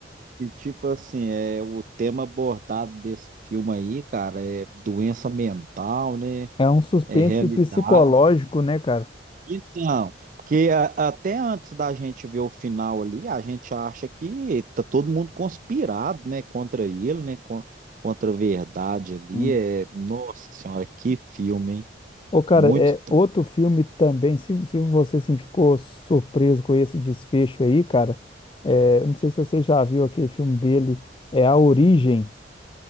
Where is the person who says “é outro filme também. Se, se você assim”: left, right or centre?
Left